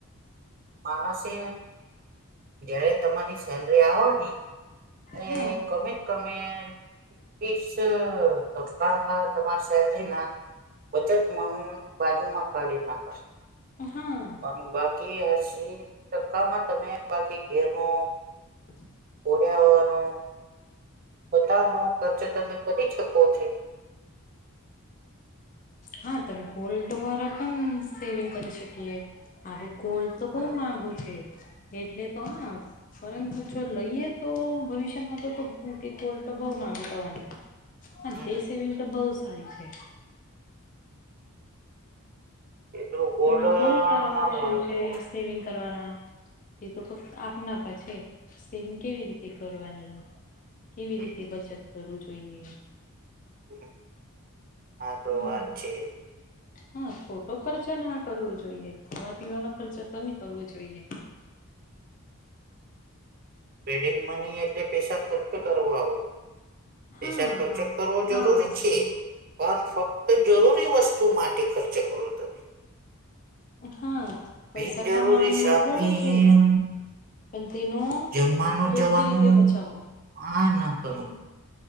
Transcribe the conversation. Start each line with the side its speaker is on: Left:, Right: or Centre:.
Right: માણસે જયારે તમારી સેલરી આવવા ની એ
Left: હા
Right: કમત કમે બીસ તમાર તમાર સેલરી ના બચત મણ બાજુમાં કાઢી નાખ
Left: હા
Right: <unintelligible> કે હસી ટક્કામાં તમે બાકી ઘેર નો
Left: <inaudible>
Right: ર્યાવાનો બતાનો ખર્ચ તમે કરી શકો છો
Left: હા તમે ગોલ્ડ દરા પણ સેવિંગ કરી શકીએ આવે ગોલ્ડ તો
Right: હમ
Left: બહ માંગુ છે એટલે તો હા પરંતુ જો લઈએ તો ભવિષ્યમાં તો તો મો ગોલ્ટ બઉ માગુ થવાનો હ
Right: હમ
Left: તે સેવીન તો બહુ સારી છે
Right: એટલું ગોલ્ડ
Left: તમને બહુ સારા
Right: ના
Left: ઓપ્શન
Right: ભાવ
Left: છે
Right: તો
Left: સેવિંગ કરવાના તે તો ફક્ત આપના પર છે સેવિંગ કેવી રીતે કરવાની કેવી
Right: હમ,
Left: રીતે બચત કરવું જોઈએ
Right: હમ્મ હા તો
Left: હમ
Right: વાત છે
Left: હા ખોટો ખર્ચ ના કરવો જોઈએ ખાવા પીવાનો ખર્ચ કમી કરવો જોઈએ
Right: પેડ મની એટલે પેસા ખર્ચ કરવા પેસા
Left: હા
Right: ખર્ચ કરવો જરૂરી
Left: હા
Right: છે પણ ફક્ત જરૂરી વસ્તુ માટે ખર્ચ કરો તમે
Left: હા પૈસા
Right: બિનજરૂરી
Left: કમાવાનો
Right: શોપિંગ
Left: મહત્વનો છે પણ તેનો
Right: જમવાનું
Left: યોગ્ય
Right: જવાનું
Left: રીતે બચાવો
Right: આ ના કરો